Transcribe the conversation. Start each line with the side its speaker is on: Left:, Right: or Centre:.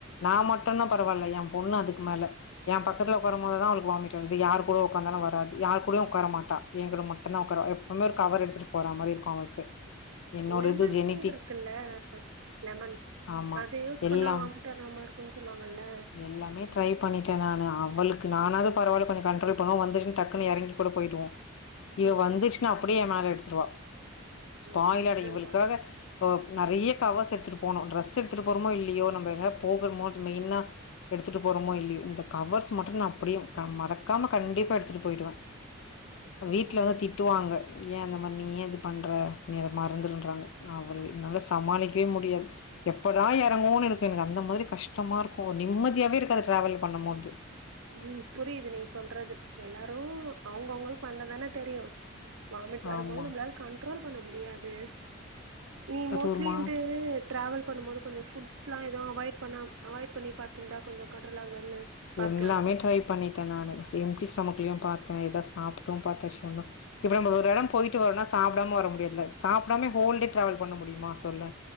Left: நா மட்டும்னா பரவால்ல என் பொண்ணு அதுக்கு மேல என் பக்கத்துல உட்காரும் போது தா அவளுக்கு வாமிட் வரு அது யார் கூட உக்காந்தாலு வராது யார் கூடயு உட்கார மாட்டா என் கூட மட்டும்தா உட்காருவா எப்பவுமே ஒரு கவர் எடுத்துட்டு போற மாரி இருக்கு அவளுக்கு என்னோட
Right: லெமன்
Left: இது ஜெனிட்டிக்
Right: இருக்குல்ல லெமன்
Left: ஆமா
Right: அது யூஸ்
Left: எல்லாம்
Right: பண்ணா வாமிட் வராம இருக்குன்னு சொல்வாங்கல்ல
Left: எல்லாமே ட்ரை பண்ணிட்டே நானு அவளுக்கு நானாவது பரவால்ல கொஞ் கண்ட்ரோல் பண்ணோ வந்துட்டு டக்குன்னு எறங்கி கூட போயிடுவோ இவ
Right: ம்.
Left: வந்துச்சுன்னா அப்டியே என் மேல எடுத்துருவா
Right: ஐயோ!
Left: பாய்லர்
Right: கஷ்டம்
Left: இவளுக்காக
Right: தான்.
Left: அ நெறைய கவர்ஸ் எடுத்து போனோ டிரெஸ் எடுத்துட்டு போறோமோ இல்லையோ நம்ம எங்காது போகறபோது மெயினாக எடுத்துட்டு போறோமோ இல்லையோ இந்த கவர்ஸ் மட்டும் நா அப்டியே க மறக் க்காம கண்டிப்பா எடுத்துட்டு போயிடுவே
Right: ம்.
Left: வீட்ல வந்து திட்டுவாங்க ஏ அந்த மாரி நீ ஏ இது பண்ற நீ அத மறந்துருன்றாங்க அவளுக்கு என்னால சமாளிக்கவே முடியாது எப்படா எறங்குவோன்னு இருக்கு எனக்கு அந்த மாரி கஷ்டமா இருக்கு ஒரு நிம்மதியாவே இருக்காது டிராவல் பன்னும் போது
Right: உம் புரியுது நீ சொல்றது எல்லாரு அவங்கவுங்களுக்கு வந்ததானே தெரியு வாமிட் வரும்போது
Left: ஆமா
Right: நம்மளால கண்ட்ரோல் பண்ண முடியாது நீ
Left: அது
Right: மோஸ்லி
Left: ஒரு மாதிரி
Right: வந்து டிராவல் பண்ணும் போது கொஞ்ச புட்ஸ்லா லா அவாய்ட் பண்ண அவாய்ட் பண்ணி பாத்திருந்தா கொஞ்ச கண்ட்ரோலாகலால்ல பக்
Left: எல்லாமே ட்ரை பண்ணிட்டே நானு எம்டி ஸ்டமக்குலயு பாத்தேன் ஏதா சாப்பிட்டு பாத்தாச்சு ஒன்னு இப்ப நம்ம ஒரு எடம் போயிட்டு வரோனா சாப்டாம வர முடியாதுல சாப்டாமே ஹோல் டே டிராவல் பண்ண முடியுமா சொல்லு